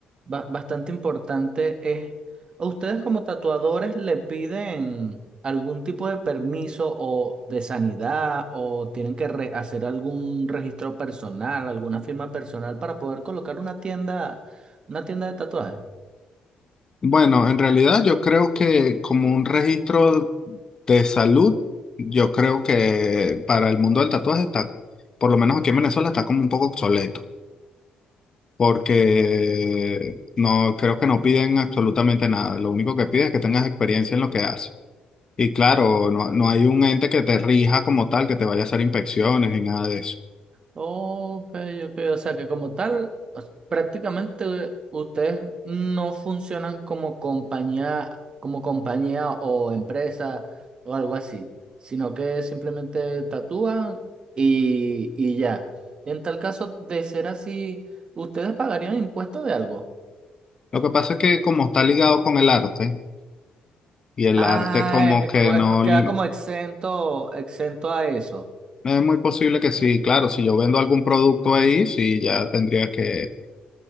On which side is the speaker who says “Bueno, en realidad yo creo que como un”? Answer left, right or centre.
Left